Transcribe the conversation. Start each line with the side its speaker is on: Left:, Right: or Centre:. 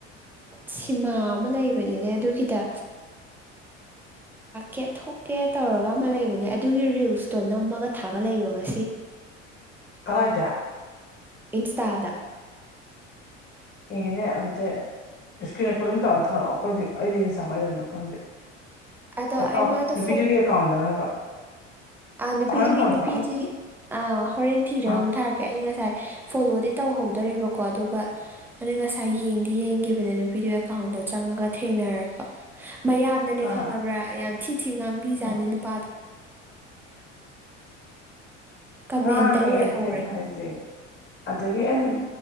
Centre: ꯁꯤꯃꯥ ꯑꯃ ꯂꯩꯕꯅꯤꯅꯦ ꯑꯗꯨꯒꯤꯗ ꯀꯦ ꯊꯣꯛꯀꯦ ꯇꯧꯔꯒ ꯑꯃ ꯂꯩꯕꯅꯦ ꯑꯗꯨꯒꯤ ꯔꯤꯜꯁꯇꯣ ꯅꯝꯃꯒ ꯊꯥꯒꯠꯂꯕꯣ ꯉꯁꯤ
Left: ꯀꯗꯥ ꯍꯥꯏꯗ
Centre: ꯏꯟꯁꯇꯥꯗ
Left: ꯏꯉꯅꯦ ꯑꯇ ꯏꯁꯀꯔꯤꯟ ꯀ ꯑꯗꯨꯝ ꯇꯧꯔ ꯊꯥꯔꯛꯑꯣ ꯑꯩꯈꯣꯏꯗꯤ ꯑꯩꯗꯤ ꯏꯟ ꯆꯐꯥꯏꯗꯅꯣ ꯈꯪꯗꯦ
Centre: ꯑꯗꯣ ꯑꯩ
Left: ꯑ
Centre: ꯃꯥꯗꯣ
Left: ꯅꯨꯄꯤꯗꯨꯒꯤ ꯑꯦꯀꯥꯎꯟꯗꯅꯕ
Centre: ꯑ ꯅꯨꯄꯤꯗꯨꯒꯤ
Left: ꯍꯣꯔꯦꯟ ꯀꯣꯟ
Centre: ꯅꯨꯄꯤꯁꯤ
Left: ꯊꯥꯔꯛꯑꯣ
Centre: ꯑ ꯍꯣꯔꯦꯟ ꯊꯤꯔꯒ
Left: ꯑꯥ
Centre: ꯑꯃꯨꯛ ꯊꯥꯔꯛꯀꯦ ꯑꯩ ꯉꯁꯥꯏ ꯐꯣꯂꯣꯗꯤ ꯇꯧꯍꯧꯗꯔꯦꯕꯀꯣ ꯑꯗꯨꯒ ꯑꯗ ꯉꯁꯥꯏ ꯌꯦꯡꯗꯤ ꯌꯦꯡꯒꯤꯈꯤꯕꯅꯦ ꯅꯨꯄꯤꯗꯨꯣ ꯑꯦꯀꯥꯎꯟꯗꯣ ꯆꯪꯉꯒ ꯊꯦꯡꯅꯔꯛꯄ ꯃꯌꯥꯝꯅꯅꯦ
Left: ꯑꯥ
Centre: ꯈꯪꯉꯕ꯭ꯔꯥ ꯌꯥꯝ ꯊꯤ ꯊꯤ ꯉꯥꯡꯕꯤꯖꯥꯠꯅꯤ
Left: ꯑꯥ
Centre: ꯅꯨꯄꯥꯗꯣ ꯀꯃꯦꯟꯇ
Left: ꯉꯥꯡꯉꯦ
Centre: ꯂꯣꯏꯍꯧꯔꯦ
Left: ꯑꯗꯨꯅꯦ ꯑꯩꯅ ꯍꯥꯏꯖꯩ ꯑꯗꯒꯤ ꯑꯩ